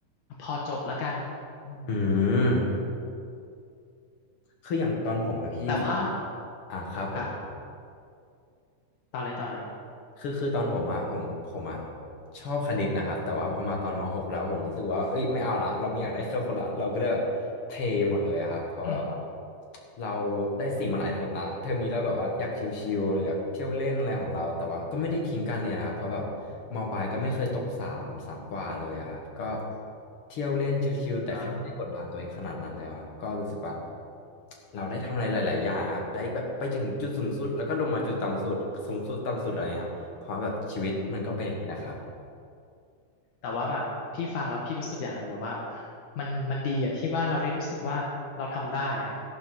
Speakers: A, on the left; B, on the left.
A: พอจบแล้วกันอืม
B: อืมคืออย่างตอนผมอะพี่
A: แต่ว่า
B: อ่าครับผม
A: ครับต่อเลยต่อเลย
B: คือคือตอนผมอะผมผมอะชอบคณิตนะครับแต่ว่าพอมาตอนมหกแล้วผมรู้สึกว่าเอ้ยไม่เอาละเราไม่อยากได้แคลคูลัสเราก็เลยแบบเทหมดเลยอะครับเพราะแบบว่า
A: อืม
B: เราได้สิ่งมาหลายเทอมละเทอมนี้เราแบบว่าอยากชิลๆเลยอยากเที่ยวเล่นอะไรของเราแต่ว่าก็ไม่ได้ทิ้งการเรียนนะครับเพราะแบบมปลายก็ไม่เคยตกสามสามกว่าเลยอะครับก็เที่ยวเล่นชิลๆแต่แค่ไม่ได้กดดันตัวเองขนาดนั้นแล้วอะก็รู้สึกว่า
A: อ่า
B: เราได้ทำอะไรหลายๆอย่างครับได้แบบไปถึงจุดสูงสุดแล้วก็ลงมาจุดต่ำสุดสูงสุดต่ำสุดอะไรครับ เพราะแบบชีวิตมันก็เป็นอย่างนี้แหละครับ
A: แต่ว่าแบบพี่ฟังแล้วพี่รู้สึกอย่างหนึ่งแบบว่ามันมันดีอะที่ว่าเราได้รู้สึกว่าเราทำได้อะ